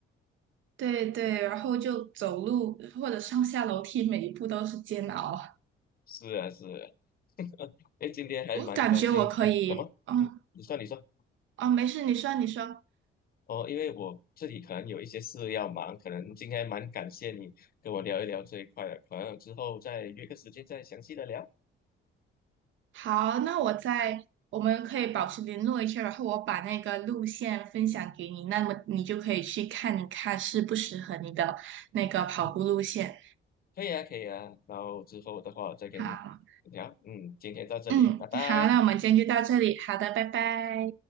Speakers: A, on the right (about 70°); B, on the left (about 45°).
A: 对对，然后就走路或者上下楼梯，每一步都是煎熬。
B: 是啊，是啊，<laughs> 哎，今天还蛮高兴跟，
A: 我感觉我可以，
B: 怎么？
A: 嗯
B: 嗯，你说，你说。
A: 啊，没事，你说你说。
B: 哦，因为我自己可能有一些事要忙，可能今天蛮感谢你跟我聊一聊这一块的，可能之后再约个时间再详细的聊。
A: 好，那我在，我们可以保持联络一下，然后我把那个路线分享给你，那么你就可以去看一看适不适合你的那个跑步路线。
B: 嗯，可以啊，可以啊。然后之后的话，我再跟你聊。
A: 好，
B: 嗯，今天到这里，
A: 嗯，
B: 拜拜。
A: 好，那我们今天就到这里，好的，拜拜。